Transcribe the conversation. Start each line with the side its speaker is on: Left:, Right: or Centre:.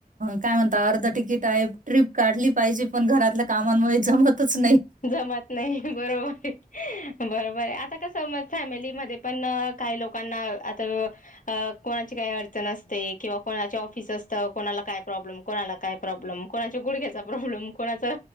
Right: काय म्हणत अर्ध तिकीट आहे ट्रिप काढली पाहिजे पण घरातल्या कामांमुळे जमतच नाही
Left: जमत नाही बरोबर बरोबर आहे आता कसं मत फॅमिलीमध्ये पण काही लोकांना आता अ कोणाची काही अडचण असते किंवा कोणाचे ऑफिस असत कोणाला काय प्रॉब्लेम कोणाला काय प्रॉब्लेम कोणाच्या गुडघ्याचा प्रॉब्लेम कोणाचा